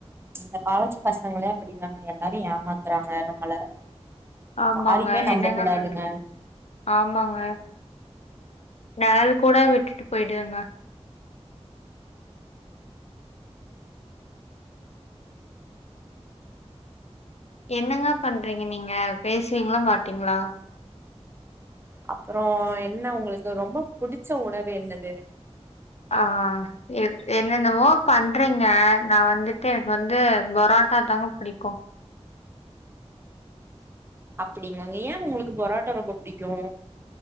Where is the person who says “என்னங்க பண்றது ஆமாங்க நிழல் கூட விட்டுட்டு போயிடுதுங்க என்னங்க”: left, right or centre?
Left